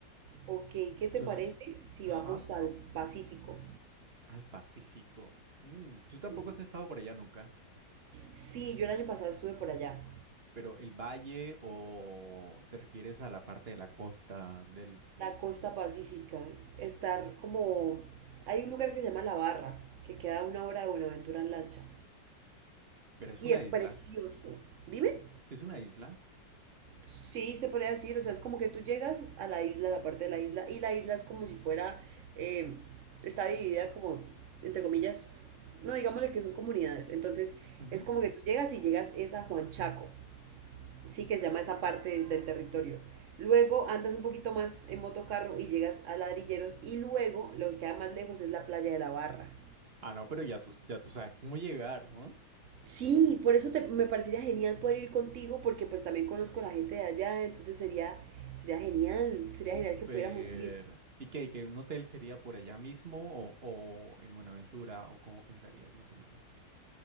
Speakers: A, on the right; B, on the right.
A: Ok, ¿qué
B: Entonces,
A: te parece si
B: ajá,
A: vamos al Pacífico?
B: al Pacífico. Mm, tú tampoco
A: Sí.
B: has estado por allá nunca.
A: Sí, yo el año pasado estuve por allá.
B: Pero el valle o te refieres a la parte de la costa del...
A: La costa pacífica, estar como... Hay un lugar que se llama La Barra, que queda a una hora de Buenaventura en lancha.
B: Pero es
A: Y
B: una
A: es
B: isla.
A: precioso. Dime.
B: Es una isla.
A: Sí, se podría decir, o sea, es como que tú llegas a la isla, a la parte de la isla, y la isla es como si fuera, eh, está dividida como, entre comillas, no digámosle que son comunidades, entonces
B: Ujú.
A: es como que tú llegas y llegas es a Juan Chaco, Sí, que se llama esa parte del territorio. Luego andas un poquito más en motocarro y llegas a Ladrilleros y luego lo que queda más lejos es la playa de la Barra.
B: Ah, no, pero ya tú, ya tú sabes cómo llegar, ¿no?
A: Sí, por eso te- me parecería genial poder ir contigo porque pues también conozco a la gente de allá, entonces sería, sería genial,
B: Súper.
A: sería genial que pudiéramos ir.
B: ¿Y qué? ¿Que un hotel sería por allá mismo o, o en Buenaventura o cómo pensarías más o menos?